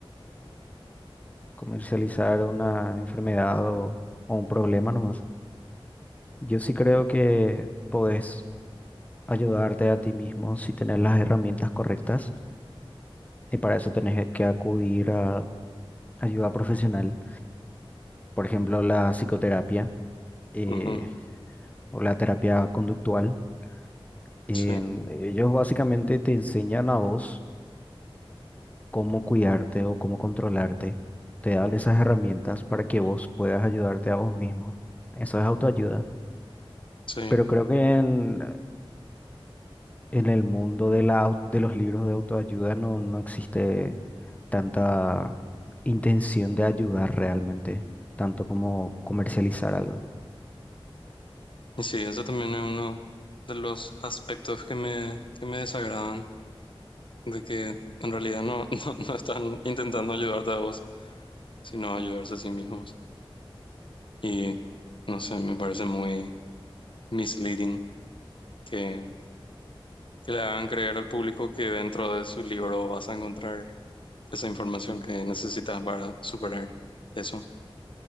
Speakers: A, on the left; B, on the left.
A: comercializar una enfermedad o, o un problema nomás. Yo sí creo que podés ayudarte a ti mismo si tenés las herramientas correctas y para eso tenés que acudir a ayuda profesional, por ejemplo, la psicoterapia eh,
B: Ujú,
A: o la terapia conductual. En-
B: Sí,
A: ellos básicamente te enseñan a vos cómo cuidarte o cómo controlarte. Te dan esas herramientas para que vos puedas ayudarte a vos mismo. Eso es autoayuda.
B: sí.
A: Pero creo que en en el mundo de la, au- de los libros de autoayuda no, no existe tanta intención de ayudar realmente, tanto como comercializar algo.
B: Y sí, eso también es uno de los aspectos que me, que me desagradan, de que en realidad no, <laughs> no, no están intentando ayudarte a vos, sino ayudarse a sí mismos. Y no sé, me parece muy misleading que, que le hagan creer al público que dentro de su libro vas a encontrar esa información que necesitas para superar eso.